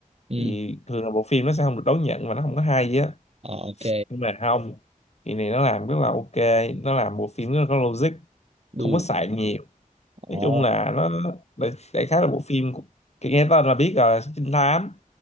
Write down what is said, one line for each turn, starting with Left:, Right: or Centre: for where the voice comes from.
Right: ừ,
Left: thì thường là bộ phim nó sẽ không được đón nhận và nó không có hay á
Right: ờ, ok
Left: nhưng mà không thì này nó làm rất là ok nó làm bộ phim rất là có logic
Right: đu
Left: không có xài nhiều nói
Right: ồ
Left: chung là nó đại, đại khái là bộ phim của- nghe tên là biết rồi là trinh thám